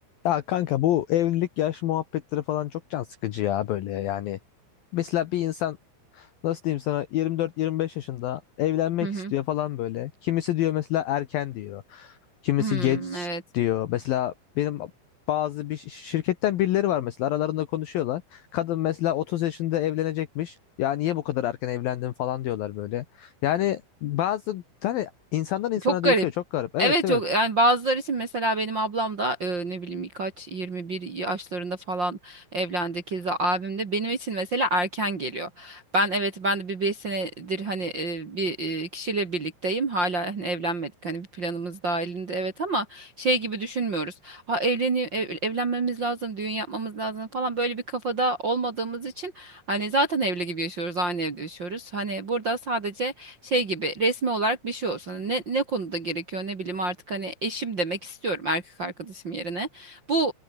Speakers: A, on the left; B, on the right.
A: Ya kanka bu evlilik yaş muhabbetleri falan çok can sıkıcı ya böyle yani. Mesela bir insan nasıl diyeyim sana 24-25 yaşında evlenmek
B: Hı hı.
A: istiyor falan böyle. Kimisi diyor mesela erken diyor. Kimisi
B: Hmm,
A: geç
B: evet.
A: diyor. Mesela benim bazı bir şi- şirketten birileri var mesela aralarında konuşuyorlar. Kadın mesela 30 yaşında evlenecekmiş. Ya niye bu kadar erken evlendin falan diyorlar böyle. Yani bazı hani insandan insana
B: Çok garip.
A: değişiyor çok garip. Evet
B: Evet
A: evet.
B: çok yani bazıları için mesela benim ablam da e, ne bileyim kaç 21 yaşlarında falan evlendi keza abim de benim için mesela erken geliyor. Ben evet ben de bir 5 senedir hani e, bir e, kişiyle birlikteyim. Hala hani evlenmedik. Hani bir planımız dahilinde evet ama şey gibi düşünmüyoruz. Ha evleni ev- evlenmemiz lazım, düğün yapmamız lazım falan böyle bir kafada olmadığımız için hani zaten evli gibi yaşıyoruz, aynı evde yaşıyoruz. Hani burada sadece şey gibi resmi olarak bir şey olsun. Hani Ne, ne konuda gerekiyor ne bileyim artık hani eşim demek istiyorum erkek arkadaşım yerine. Bu